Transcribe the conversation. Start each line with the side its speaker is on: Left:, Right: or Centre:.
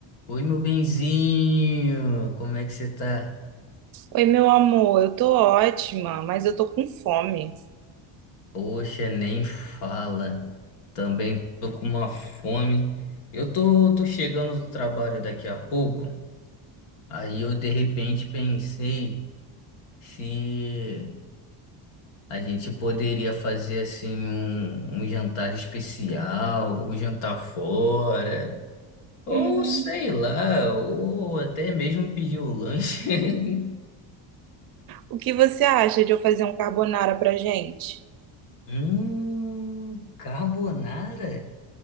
Left: Oi, meu benzinho, como é que você tá?
Right: Oi, meu amor, eu tô ótima, mas eu tô com fome.
Left: Poxa, nem fala. Também tô com uma fome. Eu tô, tô chegando do trabalho daqui a pouco. Aí eu de repente pensei se a gente poderia fazer assim um, um jantar especial, um jantar fora, ou
Right: Hum,
Left: sei lá, ou até mesmo pedir o lanche. <laughs>
Right: o que você acha de eu fazer um carbonara pra gente?
Left: Hum, carbonara?